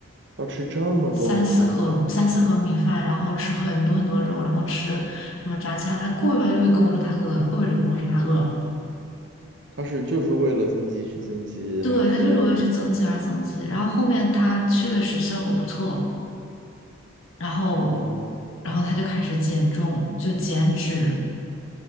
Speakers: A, on the right; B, on the left.
A: 要吃这么多米饭吗？
B: 三四盒三四盒米饭，然后吃很多很多肉，然后吃什么炸鸡汉堡他过一会儿就会跟我说他饿了，过一会儿就跟我说他饿了。
A: 他是就是为了增肌去增肌，
B: 对，
A: 还是
B: 他就是为了去增肌而增肌。然后后面他确实效果不错，然后
A: 哦？
B: 然后他就开始减重，就减脂，